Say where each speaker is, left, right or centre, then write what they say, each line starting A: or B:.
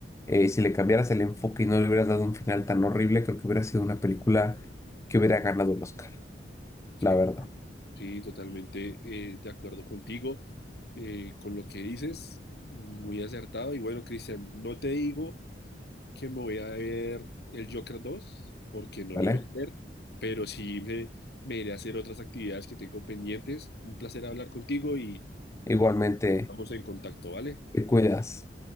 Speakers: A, on the left; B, on the left.
A: eh, si le cambiaras el enfoque y no le hubieras dado un final tan horrible, creo que hubiera sido una película que hubiera ganado el Oscar,
B: sí,
A: la verdad,
B: sí, totalmente eh, de acuerdo contigo, eh, con lo que dices, muy acertado. Y bueno, Cristian, no te digo. que me voy a ver el Joker dos porque no
A: ¿vale?
B: lo voy a hacer, pero sí me, me iré a hacer otras actividades que tengo pendientes. Un placer hablar contigo y,
A: Igualmente.
B: y estamos en contacto, ¿vale?
A: Te cuidas.